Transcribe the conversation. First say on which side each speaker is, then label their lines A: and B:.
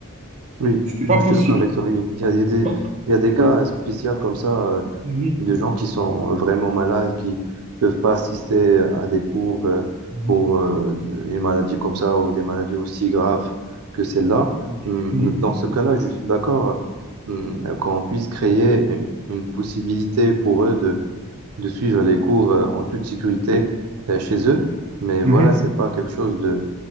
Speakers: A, on the right; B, on the right.
A: Oui,
B: c'était pas
A: je
B: possible.
A: suis d'accord avec toi, oui. Il y a, il y a des,
B: Bon.
A: il y a des cas
B: Oui.
A: spéciaux comme ça, euh,
B: Mhm.
A: de gens qui sont vraiment malades, qui peuvent pas assister à des cours euh,
B: Mhm.
A: pour euh, une maladie comme ça ou des maladies aussi graves que celle-là.
B: Mhm.
A: Hum,
B: Mhm.
A: Dans ce cas-là, je suis d'accord hum, qu'on puisse créer une possibilité pour eux de suivre les cours euh, en toute sécurité euh, chez eux. Mais
B: Mhm.
A: voilà, c'est pas quelque chose de